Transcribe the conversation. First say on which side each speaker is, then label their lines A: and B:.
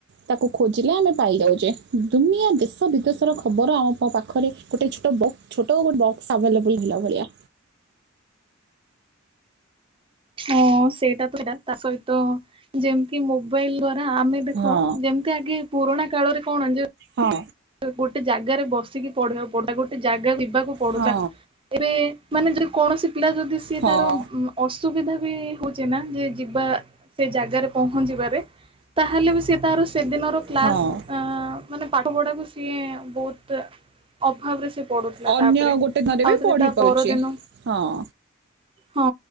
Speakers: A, on the right (about 55°); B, on the right (about 25°).
A: ତାକୁ ଖୋଜିଲେ ଆମେ ପାଇଯାଉଛେ ଦୁନିଆ ଦେଶ ବିଦେଶର ଖବର ଆମ ପା-ପାଖରେ ଗୋଟେ ଛୋଟ ବ ଛୋଟ ଗୋ ବକ୍ସ ଆଭେଲେବୁଲ୍ ହେଲା ଭଳିଆ।
B: ହଁ ସେଇଟା ତ ସେଟା ତା ସହିତ ଯେମିତି ମୋବାଇଲ ଦ୍ଵାରା ଆମେ ଦେଖ
A: ହଁ
B: ଯେମ ତେ ଆଗେ ପୁରୁଣା କାଳରେ କଣ ଯେ
A: ହଁ।
B: ଗୋଟେ ଜାଗାରେ ବସିକି ପଢ଼ିବାକୁ ପଡୁଥା ଗୋଟେ ଜାଗା ଯିବାକୁ ପଡୁଥିଲା
A: ହଁ
B: ଏବେ ମାନେ ଯଉ କୌଣସି ପିଲା ଯଦି ସିଏ
A: ହଁ
B: ତାର ଉଁ ଅସୁବିଧା ବି ହଉଚି ନା ଯେ ଯିବା। ସେ ଜାଗାରେ ପହଞ୍ଚିବାରେ ତାହେଲେ ବି ସେ ତାର ସେଦିନର କ୍ଲାସ
A: ହଁ
B: ଆଁ। ମାନେ ପାଠ ପଢାକୁ ସିଏ ବହୁତ ଅଭାବ ରେ ସେ ପଡୁଥିଲା
A: ଅନ୍ୟ
B: ତାପରେ
A: ଗୋଟେ ଘରେ
B: ଆଉଥରେ
A: ବି ପଢି
B: ତା
A: ପାରୁଚି
B: ପରଦିନ
A: ହଁ।
B: ହଁ